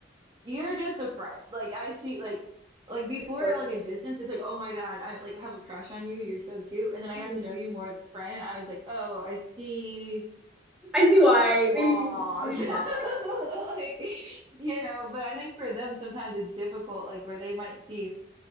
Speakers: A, on the right; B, in the centre.
A: You're just a friend. Like I see like like before
B: about
A: at like a distance, it's like, oh my God, I like have a crush on you. You're so cute. And then I got
B: it.
A: to know you more as a friend, and I was like, oh, I see
B: I see why.
A: flaws.
B: Maybe, maybe
A: <laughs>
B: not.
A: Like, you know, but I think for them sometimes it's difficult, like where they might see